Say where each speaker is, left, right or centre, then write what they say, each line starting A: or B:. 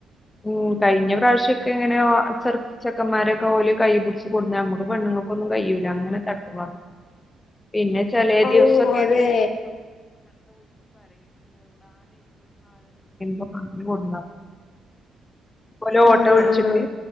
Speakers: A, on the left; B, on the left.
A: ഉം കഴിഞ്ഞ പ്രാവശ്യൊക്കെ ഇങ്ങനെഒ ചെർ ചെക്കാമ്മരോക്കൊല് കൈ പിടിച്ച് കൊടുന്ന് നമ്മക്ക്‌ പെണ്ണു നമ്മക്കൊന്നും കയ്യൂല അങ്ങനെ ത <unintelligible> പിന്നെ ചെലെ
B: ഔ
A: ദിവസക്കേണ്
B: അതെ
A: <unintelligible> <unintelligible> പോലെ ഓട്ടോ
B: ആഹ്
A: വിളിച്ചിട്ട്
B: ആഹ്